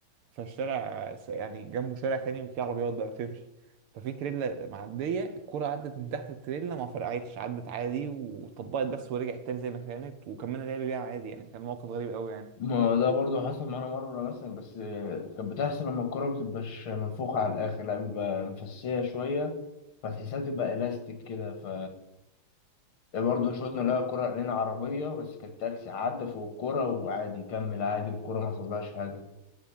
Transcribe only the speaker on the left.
ما ده برضو حصل معانا مرة مثلا بس كانت بتحصل لما الكرة مبتبقاش منفوخة على الآخر لا بتبقى مفسية شوية فتحسها تبقى إلاستيك كده ف برضه شوطنا لقى كرة علينا عربية بس كانت تاكسي عدى فوق الكرة وعادي كمل عادي الكرة ما حصلهاش حاجة